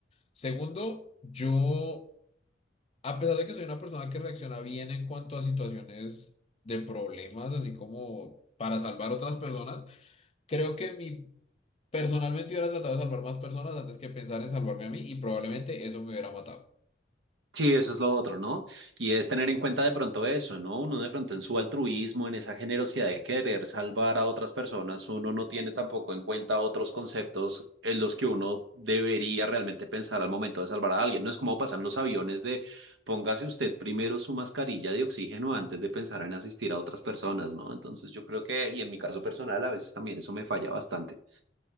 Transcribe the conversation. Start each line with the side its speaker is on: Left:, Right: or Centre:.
Left: Segundo, yo, a pesar de que soy una persona que reacciona bien en cuanto a situaciones de problemas, así como para salvar otras personas, Creo que mi Personalmente hubiera tratado de salvar más personas antes que pensar en salvarme a mí y probablemente eso me hubiera matado.
Right: Sí, eso es lo otro, ¿no? Y es tener en cuenta de pronto eso, ¿no? Uno de pronto en su altruismo, en esa generosidad de querer salvar a otras personas, uno no tiene tampoco en cuenta otros conceptos en los que uno debería realmente pensar al momento de salvar a alguien. No es como pasan los aviones de póngase usted primero su mascarilla de oxígeno antes de pensar en asistir a otras personas, ¿no? Entonces yo creo que, y en mi caso personal, a veces también eso me falla bastante.